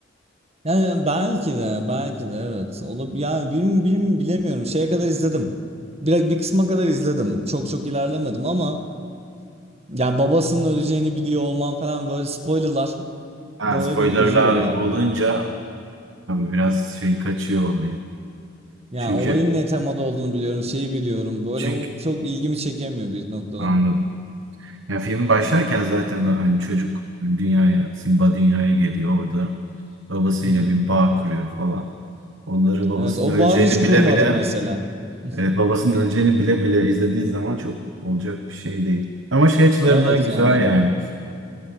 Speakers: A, on the right; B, on the right.
A: Yani belki de belki de evet. Olab yani bilim, bilim bilemiyorum. Şeye kadar izledim. Bir, bir kısma kadar izledim. Çok çok ilerlemedim ama ya babasının öleceğini biliyor olman falan böyle spoilerlar
B: Ha,
A: böyle
B: spoilerlar
A: beni üzüyor ya.
B: olunca tabii biraz şey kaçıyor olayı.
A: Yani
B: Çünkü
A: olayın ne temada olduğunu biliyorum, şeyi biliyorum. Böyle
B: çünkü
A: o çok ilgimi çekemiyor bir noktada.
B: anladım. Ya film başlarken zaten o hani çocuk dünyaya Simba dünyaya geliyor orada. Babasıyla
A: Hı hı.
B: bir bağ kuruyor falan. Onları babasının
A: Evet, o
B: öleceğini
A: bağı hiç kurmadım
B: bile bile
A: mesela. <laughs>
B: e, babasının öleceğini bile bile izlediğin zaman çok olacak bir şey değil. Ama şey açılarından
A: Evet
B: güzel
A: yani.
B: yani.